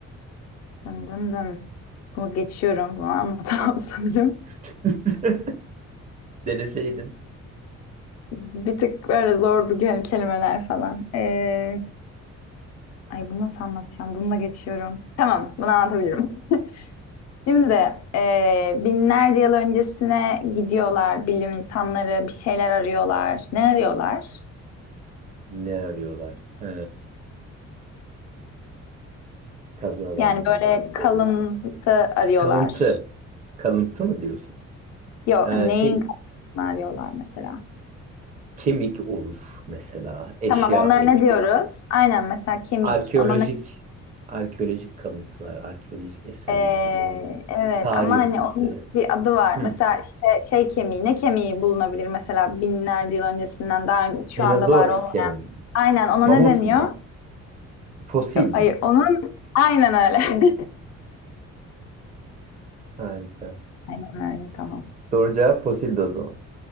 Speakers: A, on the left; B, on the right.
A: Dın dın dın. Bunu geçiyorum. Bunu anlatamam <laughs> sanırım.
B: <laughs> Deneseydin.
A: Bir tık böyle zordu yani kelimeler falan. Ee, ay bunu nasıl anlatacağım? Bununla geçiyorum. Tamam, bunu anlatabilirim. Şimdi ee, binlerce yıl öncesine gidiyorlar. Bilim insanları bir şeyler arıyorlar. Ne arıyorlar?
B: Ne arıyorlar? He, kazı alanlarında,
A: Yani böyle
B: arkeolojide.
A: kalıntı
B: Hı.
A: arıyorlar.
B: Kalıntı. Kalıntı mı diyorsun?
A: Yok,
B: Ee,
A: neyin
B: şey,
A: kalıntısını arıyorlar mesela?
B: kemik olur mesela, eşya
A: Tamam, onlara
B: olur.
A: ne diyoruz? Aynen mesela kemik.
B: Arkeolojik,
A: Ona ne
B: arkeolojik kalıntılar, arkeolojik eserler
A: Ee,
B: ya da ne diyorum?
A: evet
B: Tarih
A: ama
B: öncesi.
A: hani onun bir adı var.
B: Hı.
A: Mesela işte şey kemiği, ne kemiği bulunabilir mesela binlerce yıl öncesinden daha ön- şu
B: Dinozor
A: anda var olmayan.
B: kemiği mi?
A: Aynen ona
B: Mamut
A: ne deniyor?
B: mu? Fosil
A: Yok, hayır
B: mi?
A: onun aynen öyle. <laughs>
B: Harika.
A: Aynen öyle tamam.
B: Doğru cevap fosildi o zaman.